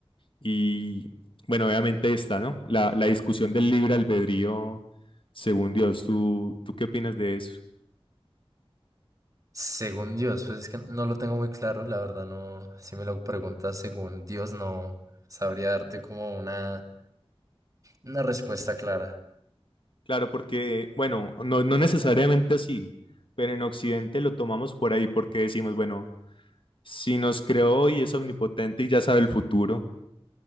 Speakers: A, on the left (about 55°); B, on the right (about 35°).
A: y bueno, obviamente está, ¿no? La, la discusión del libre albedrío según Dios. ¿Tú, tú qué opinas de eso?
B: Según Dios, pues es que no lo tengo muy claro, la verdad no, si me lo preguntas según Dios no sabría darte como una, una respuesta clara.
A: Claro, porque, bueno, no, no necesariamente así, pero en Occidente lo tomamos por ahí porque decimos, bueno, si nos creó y es omnipotente y ya sabe el futuro,